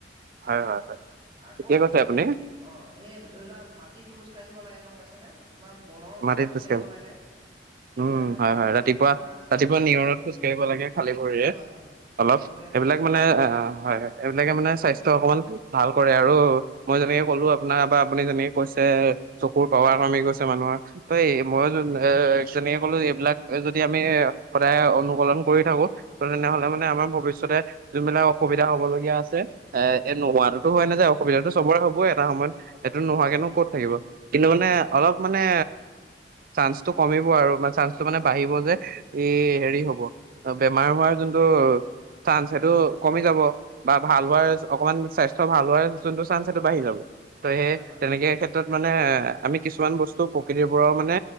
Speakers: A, on the right; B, on the right.
A: হয় হয় হয়
B: আকৌ
A: ঠিকে
B: আমি
A: কৈছে
B: সেই
A: আপুনি
B: অঁ এই ধৰি লোৱা মাটিত খোজকাঢ়িব লাগে গম পাইছা নে তোমাৰ বনৰ ওপৰত
A: মাটিত
B: খোজ
A: খোজকাঢ়িব
B: কাঢ়িব লাগে সেইবিলাক
A: উম
B: মানে
A: হয় হয় ৰাতিপুৱা
B: সেইবিলাক আমাৰ
A: ৰাতিপুৱা
B: অ
A: নিয়ৰত খোজ কাঢ়িব লাগে খালী ভৰিৰে
B: হয় হয়
A: অলপ
B: খালী ভৰিৰে
A: হেইবিলাক
B: খোজ কাঢ়িব
A: মানে
B: লাগে
A: হয়
B: অ
A: হয় এইবিলাকে মানে স্বাস্থ্য অকমান ভাল কৰে আৰু মই
B: অ
A: যেনেকে
B: হয়
A: ক'লো আপোনাৰ বা আপুনি যেনেকে কৈছে চকুৰ পাৱাৰ
B: হয়
A: কমি গৈছে মানুহৰ তই
B: হয়
A: মই
B: হয় হয়
A: <inaudible> এ যেনেকে কলো এইবিলাক যদি আমি সদায় অনুহৰণ কৰি থাকো। ত তেনেহলে
B: হয় হয়
A: মানে আমাৰ ভৱিষ্যতে যোনবিলাক অসুবিধা হবলগীয়া আছে। এ এ নোহোৱাতো হয় নাযায় অসুবিধাতো সবৰে হবই এটা সময়ত।
B: হ'ব
A: এইটো
B: হ'ব
A: নোহোৱাকেনো
B: হয়
A: ক'ত থাকিব কিন্তু মানে
B: হয়
A: অলপ হেইয়া চাঞ্চটো কমিব আৰু বা চাঞ্চ যিটো মানে
B: কমিব
A: বাঢ়িব
B: হয়
A: যে ই
B: হয়
A: হেৰি হব বেমাৰ হোৱাৰ যোনটো চান্স সেইটো
B: হয়
A: কমি যাব বা ভাল
B: কমি
A: হোৱাৰ
B: যাব হয়
A: অকমান স্বাস্থ্য ভাল হোৱাৰ যোনটো চান্স সেইটো বাঢ়ি যাব। ত সেই
B: হয় হয়
A: তেনেকে ক্ষেত্ৰত মানে এ আমি কিছুমান বস্তু প্ৰকৃতিৰ পৰাও মানে